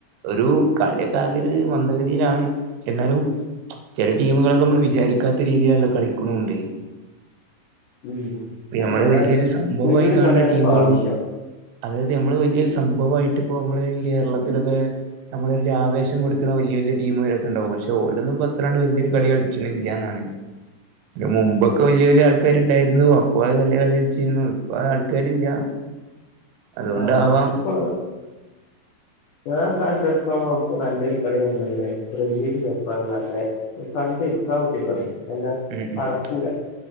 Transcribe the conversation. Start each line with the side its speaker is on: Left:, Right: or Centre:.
Right: ഒരു കളിയൊക്കെ ആകെ ഒരു മന്ദഗതിയിലാണ് എന്നാലും ചില ടീമുകള് നമ്മള് വിചാരിക്കാത്ത രീതിയിലല്ലോ കളിക്കു ന്നു ണ്ട്
Left: ഉം
Right: പിന്നെ
Left: അയിന്
Right: നമ്മള്
Left: അതാണ്
Right: വല്ല്യോ രു സംഭവാ
Left: സ്പീഡ്
Right: യി കാണുന്ന
Left: കളിയാണ്
Right: ടീമുകളും
Left: ഇപ്പോ ആവശ്യം
Right: അതായത് നമ്മള് വലിയ സംഭവായിട്ട് ഇപ്പോ നമ്മള് ഈ കേരളത്തിലൊക്കെ നമ്മള് വല്യ ആവേശം കൊടുക്കണ വലിയ വലിയ ടീം രൊക്കെണ്ടാവും പക്ഷെ ഓലൊന്നും ഇപ്പം അത്ര കണ്ട് വലിയൊരു കളി കളിച്ചണില്ല എന്നാണ് <inaudible> ഇതിന് മുമ്പൊക്കെ വലിയ വലിയ ആൾക്കാരുണ്ടായിരുന്നു അപ്പൊ അത് നല്ല കളി കളിച്ചിരുന്നു ഇപ്പൊ ആൾക്കാരില്ല അതുകൊണ്ടാവാം
Left: ആഹ് ഇപ്പൊ ഞാൻ കണ്ടിടത്തോളം ഇപ്പം നല്ലൊരു കളി വന്നണെക്കണേ ബ്രസീലും ജപ്പാനും നല്ലെ കണ്ടെടുക്കാൻ പറ്റിയൊരു കളിയാണ്
Right: ഉം ഉം
Left: അടക്കൂല